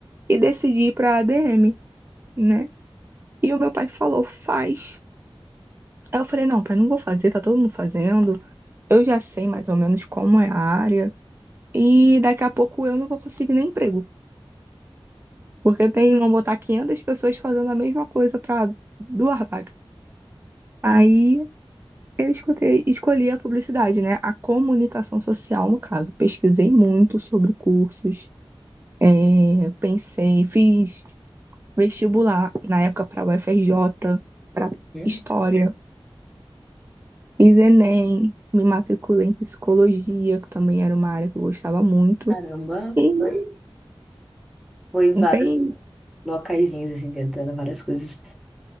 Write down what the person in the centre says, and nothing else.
Hum,
Caramba,
foi, foi em vários
locaizinhos, assim, tentando várias coisas.